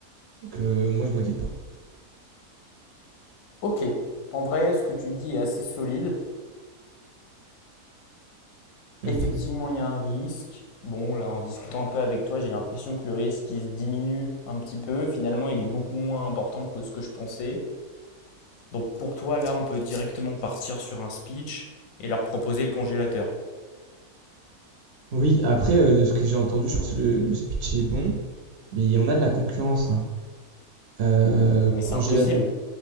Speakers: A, on the right (about 60°); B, on the left (about 65°).
A: Donc, euh, moi, je m'inquiète pas.
B: Ok, en vrai, ce que tu dis est assez solide.
A: Mhm.
B: Effectivement, il y a un risque. Bon, là, en discutant un peu avec toi, j'ai l'impression que le risque, il se diminue un petit peu. Finalement, il est beaucoup moins important que ce que je pensais. Donc pour toi, là, on peut directement partir sur un speech et leur proposer le congélateur.
A: Oui, après, euh, de ce que j'ai entendu, je pense que le, le speech est bon, mais on a de la concurrence. Hein. Euh,
B: Mais
A: congélateur.
B: c'est impossible.